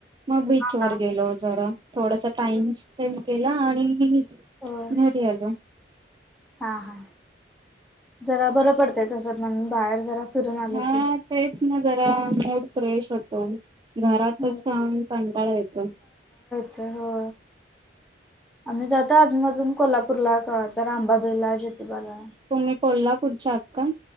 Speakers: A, on the right (about 25°); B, in the centre.
A: मग बीच
B: हा
A: वर
B: हा
A: गेलो जरा थोडासा टाइम स्पेंड केला आणि
B: होय
A: घरी आल
B: हा हा जरा बरं पडतंय तस म्हण बाहेर जरा फिरून आलं
A: हा
B: की
A: तेच ना जरा मूड फ्रेश होतो घरातच
B: हो
A: सहान कंडाळा येतो
B: तर हो आम्ही जातो अजूनमधून कोल्हापूरला कता रामबाबेला ज्योतिबाला
A: तुम्ही कोल्हापूरच्याात का